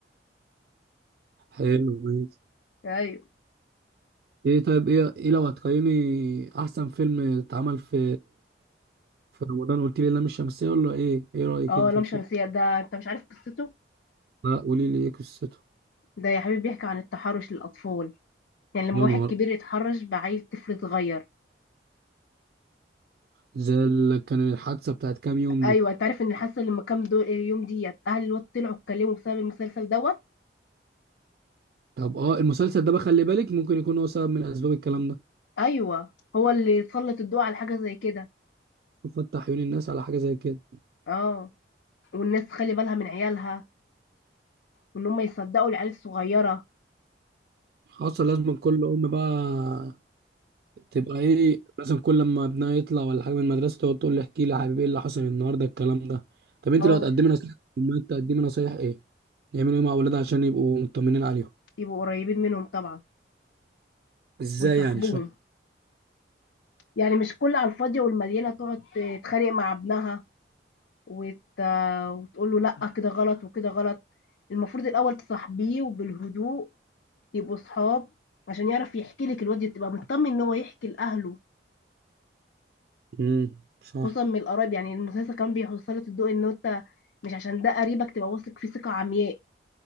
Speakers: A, on the right; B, on the left.
A: حلو ماشي.
B: أيوة
A: ايه طيب ايه ايه لو هتقيمي احسن فيلم اتعمل في في رمضان قلت لي لام الشمسية ولا ايه ايه رأيك
B: اه
A: انت
B: لام
A: فيه
B: شمسية ده أنت مش عارف قصته
A: لا قولي لي ايه قصته
B: ده يا حبيبي بيحكي عن التحرش للأطفال يعني لما
A: يا
B: واحد
A: نهار
B: كبير يتحرش بعيل طفل صغير
A: زي ال- كان الحادثه بتاعت كام يوم
B: أيوة
A: دي
B: أنت عارف إن اللي حصل لما كام دو... يوم ديت أهل الواد طلعوا اتكلموا بسبب المسلسل دوت
A: طب اه المسلسل ده بقى خلي بالك ممكن يكون هو سبب من اسباب الكلام ده
B: أيوة هو اللي سلط الضوء على حاجة زي كده
A: <laughs> فتح عيون الناس على حاجه زي كده
B: اه والناس تخلي بالها من عيالها وإن هم يصدقوا العيال الصغيرة
A: حصل لازم كل ام بقى تبقى ايه مثلا كل لما ابنها يطلع ولا حاجه من المدرسه تقعد تقول له احكي لي يا حبيبي ايه اللي حصل النهارده الكلام ده طب انت
B: اه
A: لو هتقدمي نصيحه للامهات تقدمي نصايح ايه يعملوا ايه مع اولادها عشان يبقوا مطمنين عليهم
B: يبقوا قريبين منهم طبعا
A: ازاي
B: ويصاحبوهم
A: يعني شو
B: يعني مش كل على الفاضية والمليانة تقعد تتخانق مع ابنها وت... وتقول له لا كده غلط وكده غلط المفروض الأول تصاحبيه وبالهدوء يبقوا صحاب عشان يعرف يحكي لك الواد تبقى مطمن ان هو يحكي لأهله
A: امم صح
B: خصوصا من القرايب يعني المسلسل كمان بيوصلك الضوء ان انت مش عشان ده قريبك تبقى واثق فيه ثقة عمياء